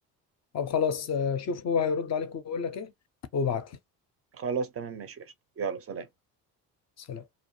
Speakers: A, on the left; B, on the right.
A: او خلاص آه، شوف هو هيرد عليك ويقول لك ايه وابعت لي
B: خلاص تمام ماشي يا قشطة. يلا سلام
A: سلام